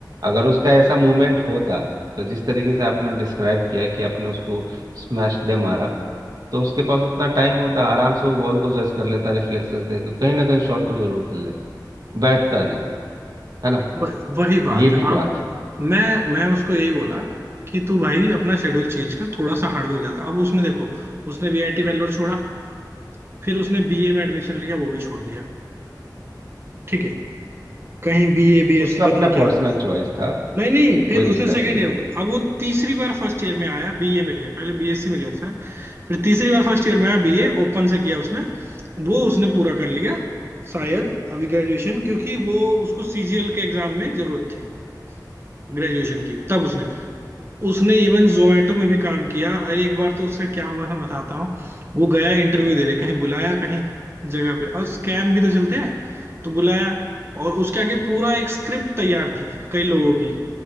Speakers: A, on the right; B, on the right.
A: अगर उसका ऐसा मूवमेंट होता तो जिस तरीके से आपने डिस्क्राइब किया कि आपने उसको स्मैश दे मारा तो उसके पास उतना टाइम होता आराम से वो बॉल को जज कर लेता रिफ्लेक्सेस देख के कहीं ना कहीं शॉट तो जरूर खेल लेता बैठता नहीं है ना
B: वह- वही बात
A: ये भी
B: है
A: बात
B: अब मैं मैं उसको यही बोला कि तू भाई अपना शेड्यूल चेंज कर थोड़ा सा हार्डवर्क ज्यादा अब उसने देखो उसने वीआईटी वेल्लोर छोड़ा फिर उसने बीए में एडमिशन लिया वो भी छोड़ दिया ठीक है कहीं बीए बीएससी
A: उसका
B: पता
A: अपना
B: नहीं क्या
A: पर्सनल
B: लिया
A: चॉइस था
B: नहीं नहीं फिर
A: कोई
B: उसने
A: दिक्कत
B: सेकंड
A: नहीं
B: ईयर
A: है
B: अब वो तीसरी बार फर्स्ट ईयर में आया बीए में लिया पहले बीएससी में लिया था शायद, फिर तीसरी बार फर्स्ट ईयर में आया बीए ओपन से किया उसने वो उसने पूरा कर लिया शायद अभी ग्रेजुएशन क्योंकि वो उसको सीजीएल के एग्जाम में जरूरत थी ग्रेजुएशन की तब उसने उसने इवन जोमेटो में भी काम किया अरे एक बार तो उसका क्या हुआ मैं बताता हूँ वो गया इंटरव्यू देने कहीं बुलाया कहीं जगह पे और स्कैम भी तो चलते हैं तो बुलाया और उसके आगे पूरा एक स्क्रिप्ट तैयार थी कई लोगों की